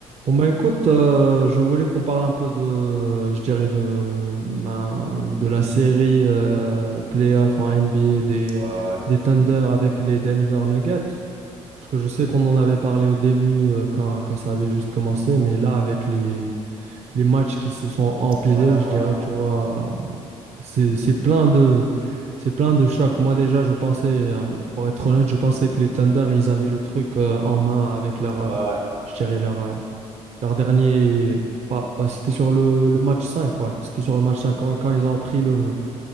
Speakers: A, on the right (about 45°); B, on the right (about 75°).
A: Bon bah écoute, euh, je voulais qu'on parle un peu de, je dirais de, ben, de la série euh, playoff en NBA des,
B: Ouais, ouais.
A: des Thunder avec les Denver Nuggets. Parce que je sais qu'on en avait parlé au début euh, quand, quand ça avait juste commencé, mais là avec les, les matchs qui se sont empilés,
B: Voilà,
A: je
B: voilà.
A: dirais, tu vois, c'est, c'est plein de, c'est plein de chocs. Moi déjà, je pensais, euh, pour être honnête, je pensais que les Thunder, ils avaient le truc euh, en main avec leur...
B: Ouais,
A: euh,
B: ouais.
A: je dirais, leur, euh, leur dernier, pas, pas- c'était sur le, le match cinq ouais. C'était sur le match 5 Quand, quand ils ont pris le,